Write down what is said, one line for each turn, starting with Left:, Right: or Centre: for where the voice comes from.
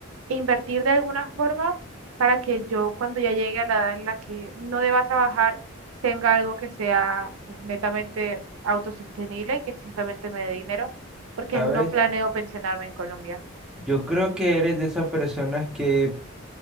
Right: e invertir de alguna forma para que yo cuando ya llegue a la edad en la que no deba trabajar, tenga algo que sea pues netamente autosostenible y que simplemente me dé dinero, porque
Centre: ¿sabes?
Right: no planeo pensionarme en Colombia.
Centre: Yo creo que eres de esas personas que